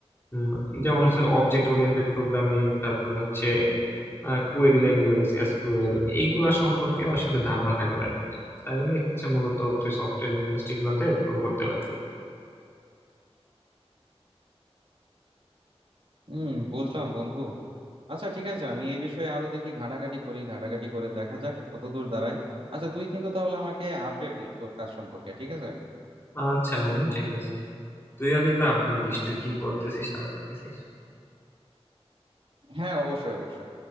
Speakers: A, on the left; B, on the right.
A: উম, যেমন হচ্ছে অবজেক্ট ওরিয়েন্টেড প্রোগ্রামিং তারপরে হচ্ছে কোয়েরি ল্যাঙ্গুয়েজ এসকিউএল এইগুলা সম্পর্কেও আসলে ধারণা থাকা লাগবে তাইলে হচ্ছে মূলত তুই সফটওয়্যার ইন্ডাস্ট্রি গুলাতে ভালো করতে পারবি
B: হুম বুঝলাম বন্ধু আচ্ছা ঠিক আছে আমি এই বিষয়ে আরো দেখি ঘাটাঘাটি করি ঘাটাঘাটি করে দেখা যাক কতদূর দাঁড়ায় আচ্ছা তুই কিন্তু তাহলে আমাকে আপডেট দিস তোর কাজ সম্পর্কে ঠিক আছে
A: আচ্ছা বন্ধু ঠিক আছে তুইও কিন্তু আপডেট দিস তুই কি করতেছিস না করতেছিস
B: হ্যাঁ অবশ্যই অবশ্যই